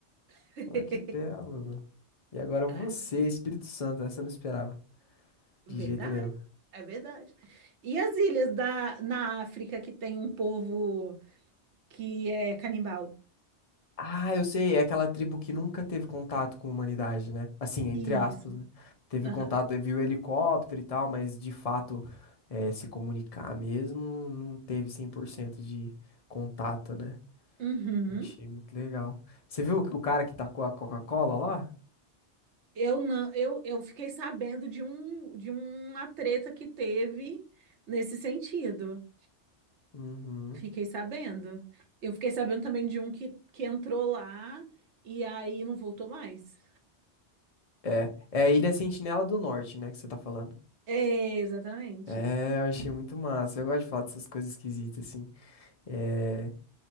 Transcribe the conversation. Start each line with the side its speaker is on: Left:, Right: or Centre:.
Right: <laughs>
Left: Um arquipélago. E agora
Right: Ah,
Left: você, Espírito Santo, essa eu não esperava.
Right: Verdade,
Left: De jeito nenhum.
Right: é verdade. E as ilhas da, na África que tem um povo que é canibal.
Left: Ah, eu sei, é aquela tribo que nunca teve contato com a humanidade, né? Assim, entre
Right: Isso.
Left: aspas, né? Teve
Right: Aham.
Left: contato, viu helicóptero e tal, mas de fato é, se comunicar mesmo, não teve 100% de contato, né?
Right: Uhum.
Left: Eu Achei muito legal. Você viu o cara que tacou a Coca-Cola lá?
Right: Eu não, eu, eu fiquei sabendo de um de uma treta que teve nesse sentido.
Left: Uhum.
Right: Fiquei sabendo. Eu fiquei sabendo também de um que, que entrou lá e aí não voltou mais.
Left: É, é a Ilha Sentinela do Norte, né, que você tá falando.
Right: É, exatamente.
Left: É, eu achei muito massa. Eu gosto de falar dessas coisas esquisitas, assim. É,